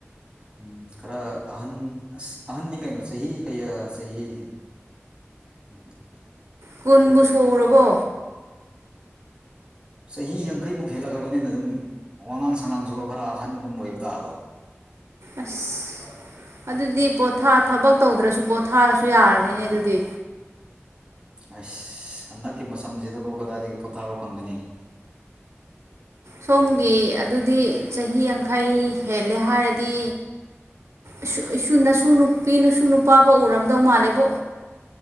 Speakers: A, on the right; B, on the right.
A: ꯎꯝ ꯈꯔ ꯑꯍꯟ ꯑꯁ ꯑꯍꯟꯅꯤ ꯀꯩꯅꯣ ꯆꯍꯤ ꯀꯌꯥ ꯆꯍꯤ ꯎꯝ <unintelligible>
B: ꯀꯨꯟꯕꯨ ꯁꯨꯔꯕꯣ
A: ꯆꯍꯤ ꯌꯥꯡꯈꯩꯃꯨꯛ ꯍꯦꯜꯂꯛꯑꯕꯅꯤꯅ ꯗꯨꯝ ꯋꯥꯉꯥꯡ ꯁꯉꯥꯡꯁꯨꯒꯣ ꯈꯔ ꯑꯍꯟꯅ ꯑꯗꯨꯝ ꯑꯣꯏꯕ ꯇꯥꯕ
B: ꯑꯁ ꯑꯗꯨꯗꯤ ꯄꯣꯊꯥ ꯊꯕꯛ ꯇꯧꯗ꯭ꯔꯁꯨ ꯄꯣꯊꯥꯔꯁꯨ ꯌꯥꯔꯅꯤꯅꯦ ꯑꯗꯨꯗꯤ
A: ꯍꯩꯁ ꯍꯟꯗꯛꯀꯤ ꯃꯁꯝꯖꯤꯗꯕꯨ ꯀꯗꯥꯏꯗꯒꯤ ꯄꯣꯊꯥꯕ ꯐꯪꯒꯅꯤ <inaudible>
B: ꯁꯣꯝꯒꯤ ꯑꯗꯨꯗꯤ ꯆꯍꯤ ꯌꯥꯡꯈꯩ ꯍꯦꯜꯂꯦ ꯍꯥꯏꯔꯗꯤ ꯏꯁꯨ ꯢꯁꯨ ꯅꯁꯨ ꯅꯨꯄꯤ ꯅꯁꯨ ꯅꯨꯄꯥ ꯐꯧ ꯎꯔꯝꯗꯧ ꯃꯥꯜꯂꯦꯕꯣ